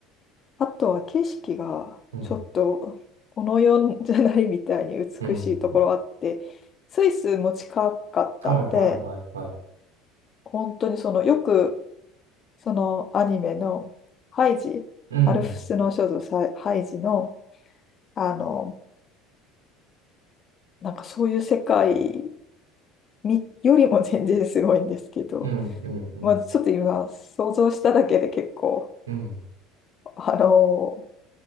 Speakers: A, on the left (about 40°); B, on the right (about 75°).
A: あとは景色がちょっと、
B: うん。
A: この世じゃないみたいに美しいところあって、
B: うん。
A: スイスも近かったんで、
B: はいはいはいはい。
A: 本当にその、よく、そのアニメのハイジ、
B: うん。
A: アルプスの少女ハイジのあの、なんかそういう世界によりも全然すごいんですけど、
B: うん。うん。うん。
A: まあ、ちょっと今想像しただけで結構、
B: うん。
A: あの、